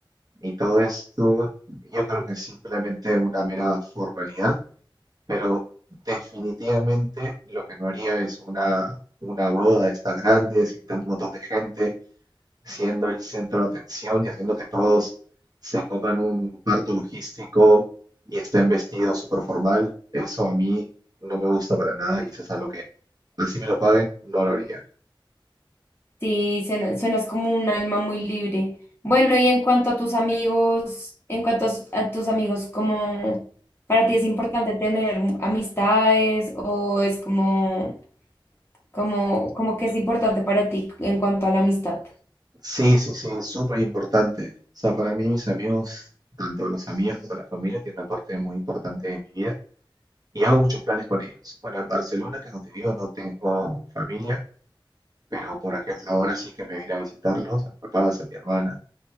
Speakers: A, on the right; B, on the left.
A: Y todo esto, yo creo que es simplemente una mera formalidad, pero definitivamente lo que no haría es una, una boda de estas grandes, invitando un montón de gente, siendo el centro de atención y haciendo que todos se coman un parto logístico y estén vestidos súper formal, eso a mí no me gusta para nada y eso es algo que así me lo paguen, no lo haría.
B: Sí, suena- suenas como un alma muy libre. Bueno, y en cuanto a tus amigos, en cuanto a, s- a tus amigos, ¿cómo para ti es importante tener mu- amistades o es como, como, como que es importante para ti en cuanto a la amistad?
A: Sí, sí, sí, es súper importante. O sea, para mí mis amigos, tanto los amigos como la familia, tienen una parte muy importante de mi vida y hago muchos planes con ellos. Bueno, en Barcelona, que no te digo, no tengo familia, pero por ejemplo ahora sí que me vine a visitarlos, a mis papás, a mi hermana